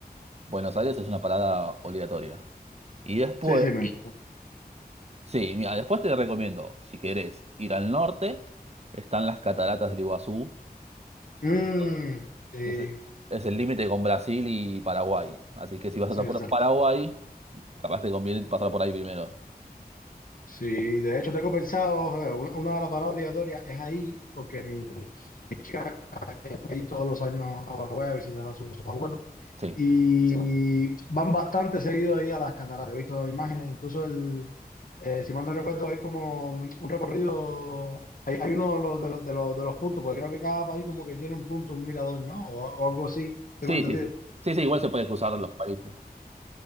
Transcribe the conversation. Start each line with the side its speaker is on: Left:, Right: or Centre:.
Right: Buenos Aires es una parada obligatoria. Y después,
Left: Sí, sí, me...
Right: sí, mira, después te recomiendo, si querés ir al norte, están las cataratas del Iguazú,
Left: Mm,
Right: que son-
Left: sí,
Right: que es, es el límite con Brasil y Paraguay. Así que si vas
Left: sí,
Right: a
Left: exacto.
Right: por Paraguay, capaz te conviene pasar por ahí primero.
Left: Sí, de hecho tengo pensado, eh, una una de las paradas obligatorias es ahí, porque mi, mi chica va ahí todos los años a Paraguay a visitar a sus abuelos.
Right: Sí,
Left: Y van bastante seguido ahí a las cataratas. He visto imágenes, incluso el, eh, si mal no recuerdo, hay como un recorrido, hay, hay uno de los, de los, de los, de los puntos, porque creo que cada país como que tiene un punto, un mirador, ¿no? O, o algo así, tengo
Right: sí,
Left: entendido.
Right: sí, sí. Sí, sí, igual se puede cruzar los países.